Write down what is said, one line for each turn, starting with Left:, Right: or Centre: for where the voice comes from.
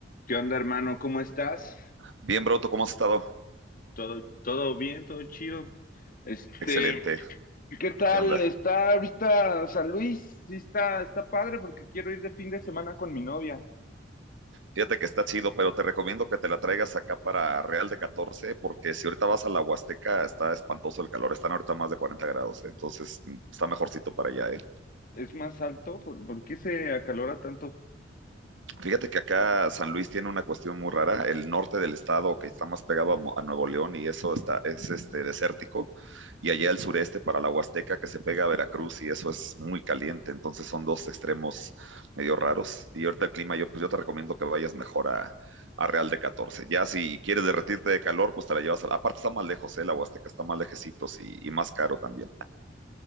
Left: ¿Qué onda, hermano? ¿Cómo estás?
Right: Bien, Broto, ¿cómo has estado?
Left: ¿Todo, todo bien? ¿Todo chido? Este,
Right: Excelente.
Left: ¿qué tal?
Right: ¿Qué onda?
Left: ¿Está ahorita San Luis? Sí, está, está padre porque quiero ir de fin de semana con mi novia.
Right: Fíjate que está chido, pero te recomiendo que te la traigas acá para Real de Catorce porque si ahorita vas a la Huasteca, está espantoso el calor. Están ahorita más de 40 grados, entonces mm, está mejorcito para allá, ¿eh?
Left: ¿Es más alto? ¿Por, por qué se acalora tanto?
Right: Fíjate que acá San Luis tiene una cuestión muy rara. El norte del estado, que está más pegado a, Mo- a Nuevo León y eso está, es este, desértico, y allá el sureste para la Huasteca, que se pega a Veracruz y eso es muy caliente. Entonces son dos extremos medio raros. Y ahorita el clima, yo, pues yo te recomiendo que vayas mejor a, a Real de Catorce. Ya si quieres derretirte de calor, pues te la llevas a... Aparte está más lejos, ¿eh? La Huasteca está más lejecitos y, y más caro también.